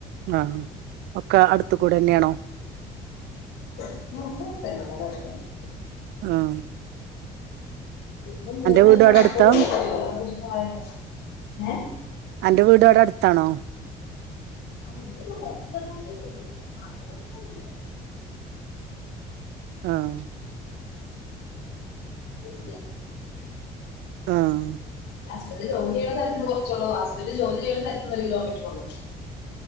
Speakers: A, on the right; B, on the left.
A: ആഹ് ഒക്കെ അടുത്ത് കൂടെ തന്നെയാണോ
B: ആഹ് ഇവ്ടെ അടുത്തന്നെ <unintelligible> അവടടെ തന്നെ
A: ആഹ്
B: പിന്നെ മൂന്ന്മ
A: വീട്
B: <unintelligible>
A: അവിടെ അടുത്താ
B: ഏഹ്
A: അന്റെ വീടവിടെ അടുത്താണോ
B: ആ ന്റെ വീട് അട്ത്താന്ന് പറഞ്ഞല് ഒര് <unintelligible>
A: ആഹ്
B: ഇല്ല
A: ആഹ്
B: ഹസ്ബന്റ് ജോലി ചെയ്യണ സ്ഥലത്ത് ന്ന് കൊറച്ചോള്ളൂ ഹസ്ബന്റ് ജോലി ചെയ്യണ സ്ഥലത്തിന്ന് ഒരു കിലോമീറ്റർ ഉള്ളൂ